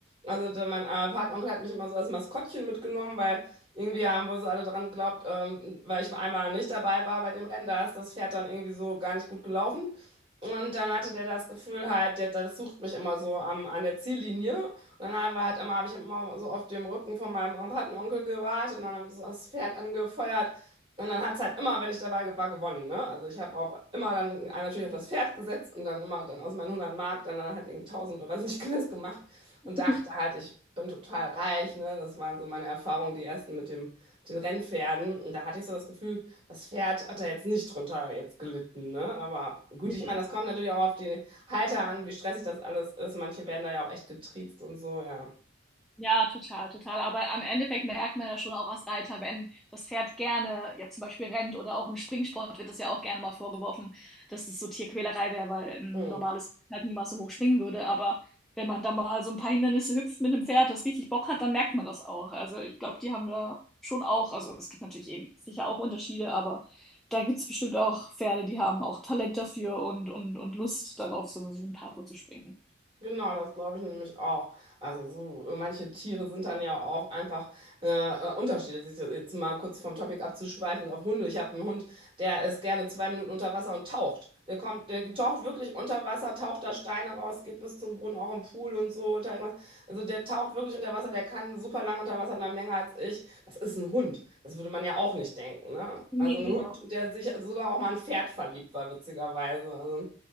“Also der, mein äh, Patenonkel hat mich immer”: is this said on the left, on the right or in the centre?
Right